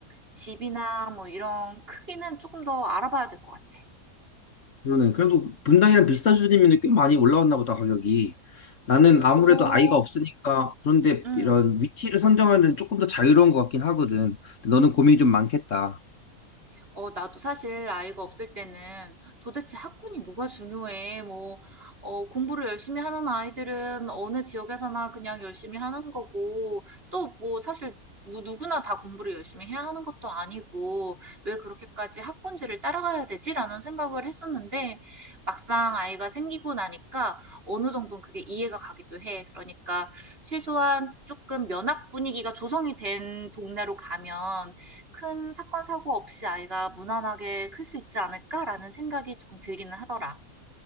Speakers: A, on the right; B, on the left.
A: 집이나 뭐 이런 크기는 조금 더 알아봐야 될 것 같아.
B: 그러네. 그래도 분당이랑 비슷한 수준이면 꽤 많이 올라왔나 보다, 가격이. 나는 아무래도
A: 오,
B: 아이가 없으니까 그런데
A: 음.
B: 이런 위치를 선정하는 데는 조금 더 자유로운 것 같긴 하거든. 근데 너는 고민이 좀 많겠다.
A: 어, 나도 사실 아이가 없을 때는 도대체 학군이 뭐가 중요해? 뭐, 어, 공부를 열심히 하는 아이들은 어느 지역에서나 그냥 열심히 하는 거고, 또 뭐 사실 뭐 누구나 다 공부를 열심히 해야 하는 것도 아니고, 왜 그렇게까지 학군지를 따라가야 되지? 라는 생각을 했었는데, 막상 아이가 생기고 나니까 어느 정도는 그게 이해가 가기도 해. 그러니까 최소한 조금 면학 분위기가 조성이 된 동네로 가면 큰 사건 사고 없이 아이가 무난하게 클 수 있지 않을까라는 생각이 조금 들기는 하더라.